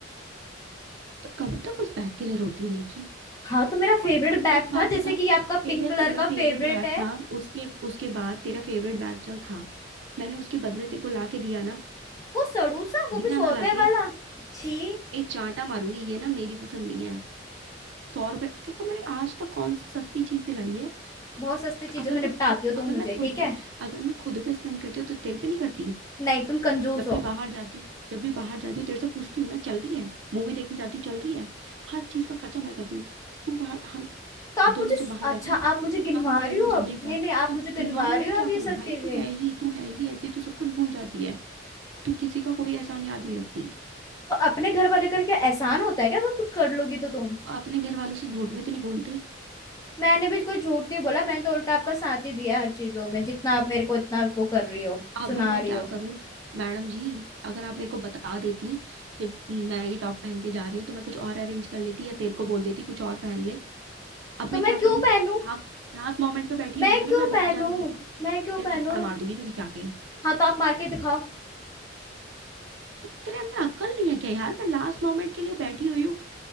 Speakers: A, on the right; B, on the left.
A: तो कब तक उस बैग के लिए रोती रहेगी
B: हाँ तो मेरा फेवरेट
A: और
B: बैग
A: एक बात
B: था जैसे
A: बता
B: कि ये आपका
A: तेरे
B: पिंक कलर
A: तेरा
B: का
A: फेवरेट
B: फेवरेट
A: बैग
B: है
A: था उसके उसके बाद तेरा फेवरेट बैग चल था मैंने उसके बदले तेरे को ला के दिया ना
B: वो सड़ू सा वो भी
A: दिया
B: सौ
A: ना
B: रुपए
A: लाके
B: वाला छी
A: एक चांटा मारूंगी ये ना मेरी पसंद नहीं है सौ रुपए देखो मैंने आज तक कौन सी सस्ती चीज दिलाई है
B: बहुत सस्ती चीजों
A: अगर
B: में निपटाती
A: मैं खुद
B: हो तुम
A: अगर
B: मुझे
A: मैं खुद
B: ठीक है
A: पे अगर मैं खुद पे स्पेंड करती हूँ तो तेरे पे नहीं करती
B: नहीं तुम कंजूस
A: जब
B: हो
A: भी बाहर जाती हूँ जब भी बाहर जाती हूँ तेरे से पूछती हूँ ना चल रही है मूवी देखने जाती हूँ चल रही है हर चीज का खर्चा मैं करती हूँ तू बाहर हम
B: तो आप
A: दोनों
B: मुझे
A: जब बाहर जाते
B: अच्छा
A: हैं
B: आप मुझे गिनवा
A: हम दोनों
B: रही हो
A: जब
B: अब
A: भी बाहर
B: नहीं नहीं आप
A: तो
B: मुझे
A: गिनवाऊं
B: गिनवा रही
A: ना तो
B: हो
A: क्या
B: अब ये
A: करूं
B: सब
A: भाई
B: चीजें
A: तू है ही तू है ही ऐसी तू सब कुछ भूल जाती है तू किसी का कोई एहसान याद नहीं रखती
B: तो अपने घर वाले करके एहसान होता है क्या अगर कुछ कर लोगी तो तुम
A: तो अपने घर वालों से झूठ भी तो नहीं बोलते
B: मैंने भी कोई झूठ नहीं बोला मैंने तो उल्टा आपका साथ ही दिया हर चीजों में जितना आप मेरे को इतना वो कर रही हो
A: अब
B: सुना
A: मैं
B: रही
A: क्या
B: हो
A: करूं मैडम जी अगर आप मेरे को बता देती कि मैं ये टॉप पहन के जा रही हूँ तो मैं कुछ और अरेंज कर लेती या तेरे को बोल देती कुछ और पहन ले अब मैं
B: तो मैं
A: क्या
B: क्यों
A: करूं
B: पहनूं
A: आप लास्ट मोमेंट पे बैठी
B: मैं
A: हुई हूँ ना
B: क्यों
A: मैं बाहर
B: पहनूं
A: जाने के लिए
B: मैं क्यों
A: तेरे
B: पहनूं
A: थप्पड़ मार दूंगी मैं खिंचा के
B: हाँ तो आप मार के दिखाओ
A: तो तेरे अंदर अक्ल नहीं है क्या यार मैं लास्ट मोमेंट के लिए बैठी हुई हूँ